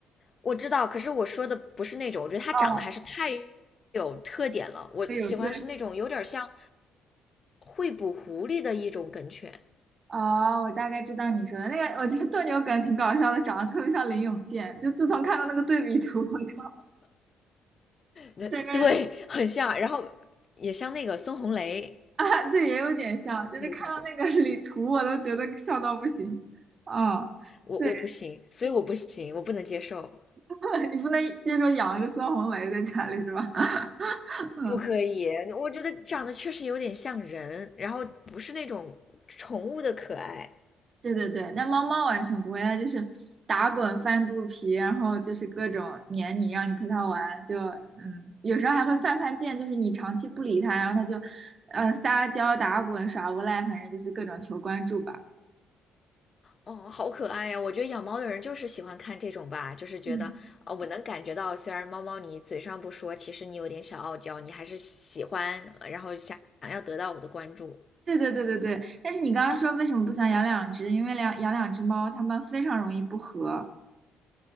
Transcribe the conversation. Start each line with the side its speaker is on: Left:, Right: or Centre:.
Left: 我知道，可是我说的不是那种，我觉得它长得还是太
Right: 哦，
Left: 有特点了，我喜欢是那种有点像
Right: 对有个。
Left: 会捕狐狸的一种梗犬，
Right: 哦，我大概知道你说的那个，我觉得斗牛梗挺搞笑的，长得特别像林永健。就自从看到那个对比图，我就
Left: <laughs>
Right: 整个人
Left: 对，很像，然后也像那个孙红雷
Right: <laughs> 啊，对，也有点像，就是看到那个
Left: 那种狗。
Right: <laughs> 李图，我都觉得笑到不行。嗯，
Left: 我我不行，
Right: 对，
Left: 所以我不行，我不能接受，
Right: <laughs> 你不能接受养了个孙红雷在家里是吧？<laughs> 嗯，
Left: 不可以。我觉得长得确实有点像人，然后不是那种宠物的可爱。
Right: 对对对，那猫猫完全不会，它就是打滚翻肚皮，然后就是各种黏你，让你陪它玩，就嗯，有时候还会犯犯贱，就是你长期不理它，然后它就呃撒娇打滚耍无赖，反正就是各种求关注吧。
Left: 哦，好可爱呀！我觉得养猫的人就是喜欢看这种吧，就是觉得，
Right: 嗯。
Left: 呃，我能感觉到，虽然猫猫你嘴上不说，其实你有点小傲娇，你还是喜欢，呃然后想想要得到我的关注
Right: 对对对对对，但是你刚刚说为什么不想养两只？因为两养两只猫，它们非常容易不和，